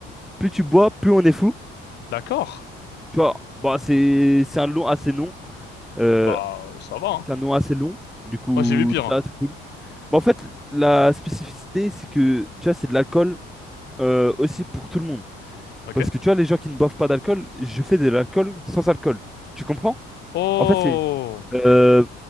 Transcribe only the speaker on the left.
D'accord.
Bah euh, ça va. hein.
Moi j'ai vu pire. hein.
Ok.
Oh.